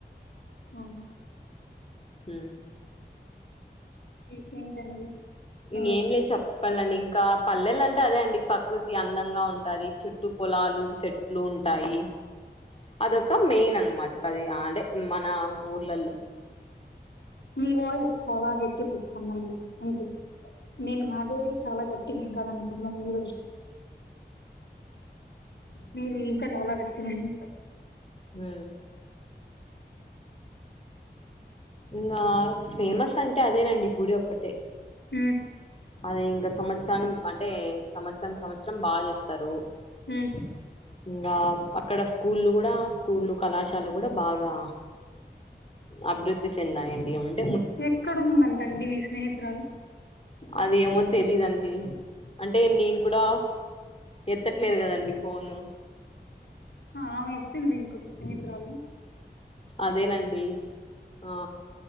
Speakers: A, on the left; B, on the left.
A: హ
B: హు
A: ఇంకేంటండి సంగతి?
B: పం లేద్ చెప్ పల్లండి ఇంకా పల్లెలు అంటే అదే అండి ప్రకృతి అందంగా ఉంటుంది చుట్టు పొలాలు చెట్ ట్లు ఉంటాయి అదొక మెయిన్ అనమాట అది అంటే మన ఊర్లల్లో
A: మీ వాయిస్ చాలా గటిగోస్తుందండి అంతే నేను మాదే చాలా గట్టిగా ఉందానుకున్నా మీరు మీది ఇంకా చాలా గట్టిగుంది
B: ఉ ఇంగా ఫేమస్ అంటే అదేనండి గుడి ఒక్కటే
A: ఉ
B: అది ఇంగా సంవత్సరాని అంటే సంవత్సరం సంవత్సరం బాచేస్తరు
A: ఉమ్
B: ఇంగా అక్కడ స్కూళ్లు గూడా స్కూళ్లు కళాశాల గూడా బాగా అభివృద్ధి చెందాయండి అవున్
A: ఎక్కడుదంటండి మీ స్నేహితురాలు
B: అది ఎమో తెలీదండి అంటే నేను కూడా ఎత్తట్లేదు గదండి ఫోను
A: ఆమె ఎత్తింది ఇంకొక స్నేహితురాలు
B: అదేనండి ఆ